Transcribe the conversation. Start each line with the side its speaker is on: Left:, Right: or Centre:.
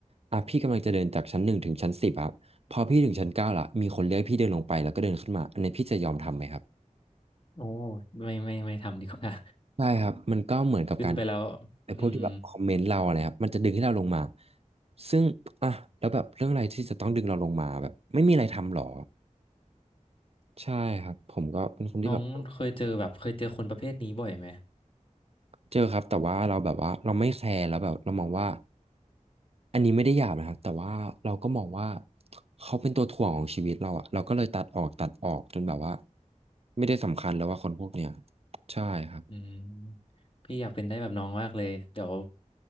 Right: อ่ะพี่กำลังจะเดินจากชั้นหนึ่งถึงชั้นสิบครับพอพี่ถึงชั้นเก้าละมีคนเรียกให้พี่เดินลงไปแล้วก็เดินขึ้นมาอันนี้พี่จะยอมทำไหมครับ
Left: โอ้ไม่ไม่ไม่ทำดีกว่า
Right: ใช่ครับมันก็เหมือนกับการ
Left: <laughs> ขึ้นไปแล้ว
Right: ไอ้พวกที่แบบคอมเมนต์เราอะไรครับมันจะดึงให้เราลงมา
Left: อืม
Right: ซึ่งอ่ะแล้วแบบเรื่องอะไรที่จะต้องดึงเราลงมาแบบไม่มีอะไรทำหรอใช่ครับผมก็เป็นคนที่แบบ
Left: น้องเคยเจอแบบเคยเจอคนประเภทนี้บ่อยไหม
Right: เจอครับแต่ว่าเราแบบว่าเราไม่แคร์แล้วแบบเรามองว่าอันนี้ไม่ได้หยาบนะครับแต่ว่าเราก็มองว่าเขาเป็นตัวถ่วงของชีวิตเราอะเราก็เลยตัดออกตัดออกจนแบบว่าไม่ได้สำคัญแล้วว่าคนพวกเนี้ยใช่ครับ
Left: อืมพี่อยากเป็นได้แบบน้องมากเลยเดี๋ยว